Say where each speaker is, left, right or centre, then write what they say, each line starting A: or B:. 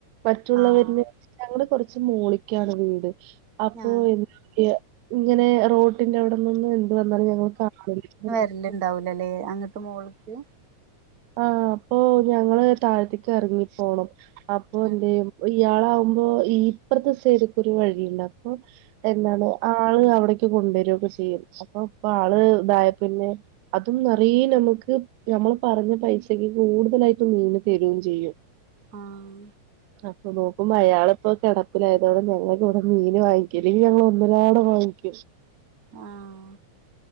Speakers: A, on the right; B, on the right.
A: മറ്റുള്ളവരെ.
B: ആഹ്
A: ഞങ്ങൾ കുറച്ച് മോളിക്കാണ് വീട് അപ്പൊ
B: ആഹ്
A: എന്താ പറയുക. ഇങ്ങനെ റോഡിന്റെ അവിടെ നിന്ന് എന്ത് വന്നാലും ഞങ്ങൾക്ക്. <unintelligible>
B: എല്ലാം ഉണ്ടാവൂലല്ലേ, അങ്ങക്ക് മോളിക്ക്.
A: ആഹ് അപ്പൊ ഞങ്ങള് താഴത്തേക്ക് ഇറങ്ങി പോണം അപ്പൊ എന്തേനി.
B: ആഹ്
A: ഇയാള് ആകുമ്പോ ഈ ഇപ്പുറത്തെ സൈഡിൽ കൂടി വഴിയുണ്ട, അപ്പൊ എന്താണ് ആഹ്. ആള് അവിടേക്ക് കൊണ്ടുവരുയൊക്കെ ചെയ്യും. അപ്പൊ ഇപ്പോ ആള് ഇതായ പിന്നെ അതും നിറെ നമുക്ക് നമ്മള് പറഞ്ഞു. പൈസയൊക്കെ കൂടുതലായിട്ട് മീനിന് തരും ചെയ്യും.
B: ആഹ്
A: അപ്പൊ നോക്കുമ്പോൾ അയാള് ഇപ്പൊ കിടപ്പിലായതോടെ ഞങ്ങൾക്ക് ഇവിടെ മീൻ വാങ്ങിക്കും. മീന് ഞങ്ങള് ഒന്നരാടം വാങ്ങിക്കും.
B: ആഹ്